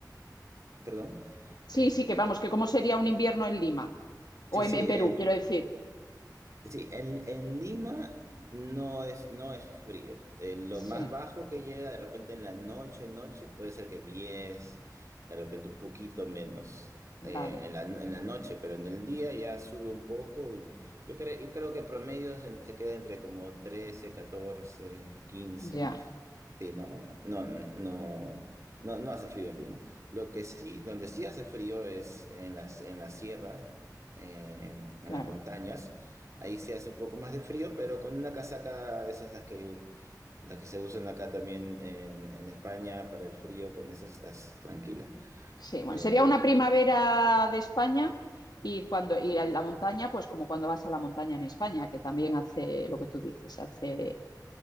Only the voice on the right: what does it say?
perdón,
eh,
sí, sí,
en,
Sí, en, en Lima no es, no es frío. Eh, lo
más bajo que llega de repente en la noche, noche, puede ser que diez de repente un poquito menos
eh, en la, en la noche, pero en el día ya sube un poco. Y yo, cre- yo creo que en promedio se, se queda entre como trece catorce quince.
Sí, no, no, no, no, no, no hace frío en Lima. Lo que sí, donde sí hace frío es en las, en las sierras, en, en
las montañas. Ahí sí hace un poco más de frío, pero con una casaca, esas las que, las que se usan acá también en, en España para el frío, con esas estás tranquila.
Eh,